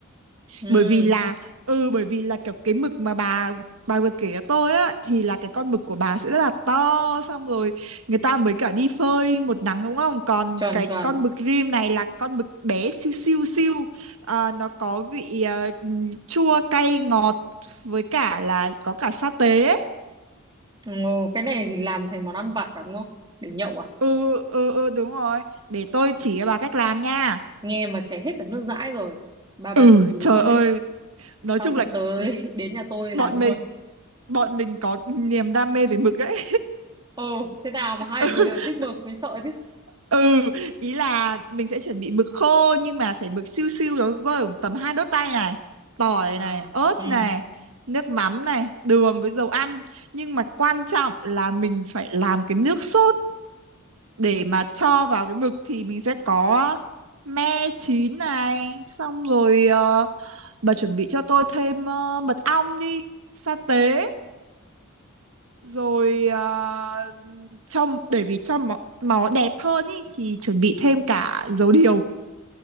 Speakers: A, on the right (about 20°); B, on the right (about 70°).
A: ừ
B: bởi vì là ừ bởi vì là kiểu cái mực mà bà bà vừa kể cho tôi á thì là cái con mực của bà sẽ rất là to xong rồi người ta mới cả đi phơi một nắng đúng không còn
A: tròn
B: cái
A: tròn
B: con mực rim này là con mực bé siêu siêu siêu Ờ, nó có vị ờ, chua cay ngọt với cả là có cả sa tế ấy.
A: Ồ, cái này thì làm thành món ăn vặt à, đúng không để nhậu à
B: ừ ừ ừ đúng rồi để tôi chỉ cho bà cách làm nha
A: nghe mà chảy hết cả nước dãi rồi bà bà
B: ừ
A: thử chỉ
B: trời
A: luôn
B: ơi
A: đi
B: nói
A: xong
B: chung
A: hôm
B: là
A: tới
B: ừ,
A: <laughs> đến nhà tôi
B: bọn
A: làm luôn
B: mình bọn mình có niềm đam mê về mực đấy
A: ồ thế nào mà hai
B: <laughs>
A: đứa đều thích mực mới sợ chứ
B: ừ ý là mình sẽ chuẩn bị mực khô nhưng mà phải mực siêu siêu nó rơi khoảng tầm hai đốt tay này tỏi
A: nào
B: này ớt
A: ừ
B: này nước mắm này đường với dầu ăn nhưng mà quan trọng là mình phải làm cái nước sốt để mà cho vào cái mực thì mình sẽ có me chín này xong rồi ờ, bà chuẩn bị cho tôi thêm ờ, mật ong đi sa tế rồi ờ, cho để vì cho máu, máu đẹp hơn ý, thì chuẩn bị thêm cả dầu điều